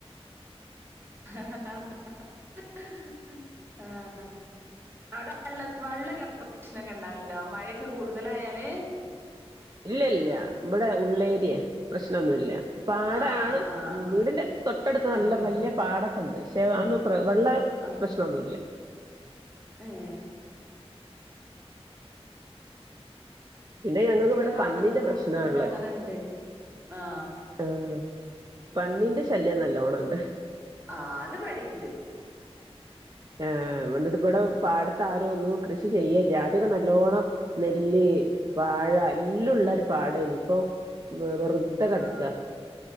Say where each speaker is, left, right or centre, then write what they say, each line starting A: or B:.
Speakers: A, on the right; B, on the right.
A: ആഹ്. അവ്ടെ വള്ള വെള്ളൊക്കെ പ്രശ്നക്കണ്ടാല്ണ്ടോ മഴയൊക്കെ കൂടുതലായാല്?
B: ഇല്ല്യല്ല ഇവിടെ ഉള്ളേര്യയെ പ്രശ്നൊന്നുല്ല്യ. പാടാണ്
A: ആഹ് ആഹ് ആഹ് ആഹ്
B: വീടിന്റെ തൊട്ട ട്ത്ത്
A: ആഹ്
B: നല്ല വല്ല്യ പാടൊക്കെ ഇണ്ട് ക്ഷെ അതൊന്നും വെള്ള
A: ആഹ്
B: പ്രശ്നൊന്നുമല്ല്യ.
A: ഏഹ്.
B: പിന്നെ ഞങ്ങക്ക്
A: ചില
B: ഇവിടെ പന്നിന്റെ
A: ഭാഗത്ത് കൂടെക്കെ
B: പ്രശ്നാള്ളേ.
A: അങ്ങനെണ്ട് ആഹ്
B: ആഹ് പന്നിന്റെ ശല്യം നല്ലോണം ഇണ്ട്.
A: ആ അത് ഇപടീംണ്ട്.
B: ഏ വന്ന്ട്ട് ഇവടെ പാട്ത്ത് ആരോ ഒന്നും കൃഷി ചെയ്യേല്ല ആദ്യക്കെ നല്ലോണം നെല്ല്, വാഴ എല്ലോ ഉള്ള ഒരു പാടേ നീ ഇപ്പോ വെർ തെ
A: ആഹ്
B: കെട്ക്ക